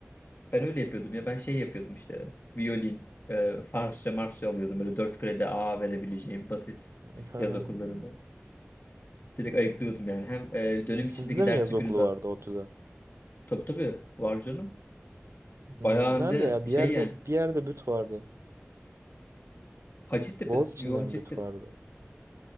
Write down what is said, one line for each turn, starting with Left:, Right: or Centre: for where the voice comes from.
Left: Ben öyle yapıyordum ya ben şey yapıyordum işte violin, e, Farsça, Marsça alıyordum böyle 4 kredi A verebileceğim basit
Right: <laughs> Hı
Left: yaz
Right: hı.
Left: okullarında. Direkt ayıklıyordum yani hem e, dönem içindeki
Right: Sizde de
Left: ders
Right: mi yaz
Left: yükünü
Right: okulu
Left: de
Right: vardı ODTÜ'de?
Left: Tabii tabii var canım.
Right: Hmm,
Left: Bayağı hem
Right: nerede
Left: de
Right: ya? Bir
Left: şey
Right: yerde
Left: yani
Right: bir yerde büt vardı.
Left: Hacettepe,
Right: Boğaziçi'nde
Left: yo Hacettepe
Right: mi büt vardı?